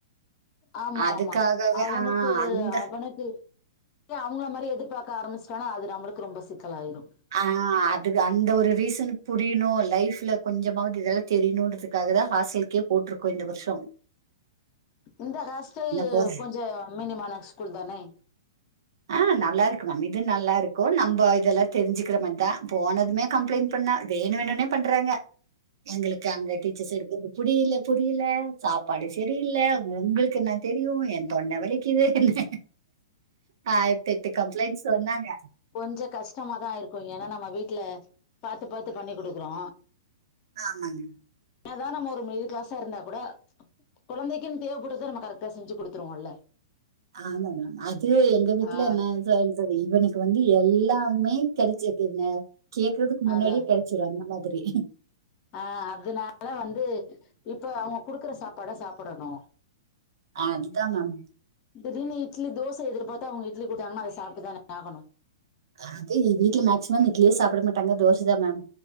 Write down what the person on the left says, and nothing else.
ஆமா
ஆமா அவனுக்கு
அவனுக்கு தே அவங்கள மாரியே எதிர்பார்க்க ஆரம்பிச்சிட்டானா அது நமளுக்கு ரொம்ப சிக்கலாயிரு
இந்த ஹாஸ்டல்
கொஞ்சோ மினிமான ஸ்கூல் தானே
கொஞ்ச கஷ்டமாதா இருக்கு ஏன்னா நம்ம வீட்டுல பாத்து பாத்துப் பண்ணிக் குடுக்கறோ
என்தா நம்ம ஒரு மிடில் கிளாஸா இருந்தாக் கூட கொழந்தைக்குன்னு தேவைப்பட்டத நம்ம கரக்ட செஞ்சு குடுத்துரோல்ல
ஆ
அதா
ஆ அதனால வந்து இப்ப அவங்க குடுக்குற சாப்பாட சாப்பிடணு
திடீனு இட்லி தோசை எதிபார்த்தா அவுங்க இட்லி குடுத்தாங்கன்னா அத சாப்புட்டு தானே ஆகணு